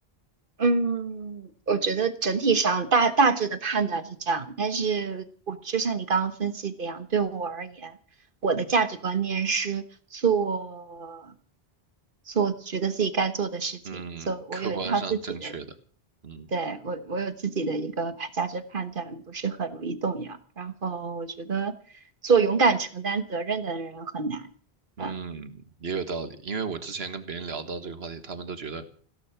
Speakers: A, on the right (about 55°); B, on the right (about 75°).
A: 嗯，我觉得整体上大大致的判断是这样，但是我就像你刚刚分析的一样，对我而言，我的价值观念是做做觉得自己该做的事情，
B: 嗯，
A: 做我有一套自己的，
B: 客观上正确的，嗯
A: 对，我我有自己的一个判价值判断，不是很容易动摇。然后我觉得做勇敢承担责任的人很难。
B: 嗯，
A: 呃
B: 也有道理。因为我之前跟别人聊到这个话题，他们都觉得